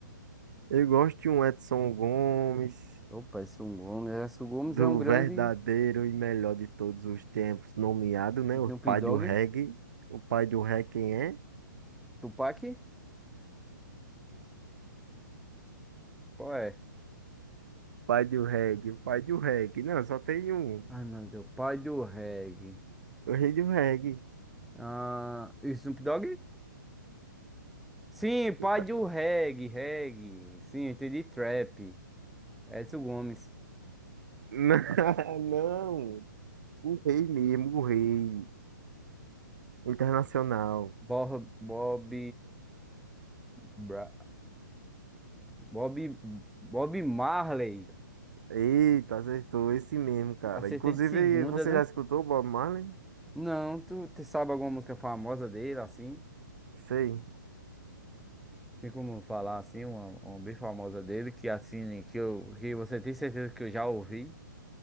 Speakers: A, on the right (about 60°); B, in the centre.
A: Eu gosto de um Edson Gomes,
B: Opa, Edson Gomes. Edson Gomes
A: do
B: é um grande
A: verdadeiro e melhor de todos os tempos, nomeado, né?
B: Snoop
A: O pai
B: Dogg.
A: do reggae. O pai do reggae quem é?
B: Tupac? Qual é?
A: Pai do reggae, o pai do reggae. Não, só tem um.
B: Ai, meu Deus. Pai do reggae.
A: O rei do reggae.
B: Ah, Snoop Dogg? Sim, pai
A: Tá-
B: do reggae, reggae. Sim, entendi. Trap. Edson Gomes.
A: <laughs> Não, não. O rei mesmo, o rei internacional.
B: Bob, Bob, Bra- Bob, Bob Marley.
A: Eita, acertou esse mesmo, cara.
B: Acertei
A: Inclusive,
B: de segunda,
A: você
B: né?
A: já escutou o Bob Marley?
B: Não, tu, tu sabe alguma música famosa dele, assim?
A: Sei.
B: Tem como falar, assim, uma, uma bem famosa dele, que assim, que, eu, que você tem certeza que eu já ouvi?